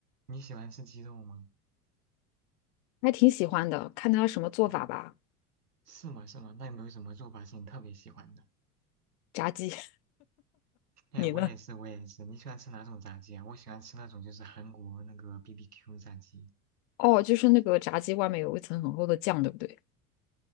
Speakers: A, on the right; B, on the left.
A: 你喜欢吃鸡肉吗？
B: 还挺喜欢的，看他什么做法吧。
A: 哦，是吗？是吗？那有没有什么做法是你特别喜欢的？
B: 炸鸡，<laughs>
A: 哎，
B: 你呢？
A: 我也是，我也是。你喜欢吃哪种炸鸡啊？我喜欢吃那种就是韩国那个 BBQ 炸鸡，
B: 哦，就是那个炸鸡外面有一层很厚的酱，对不对？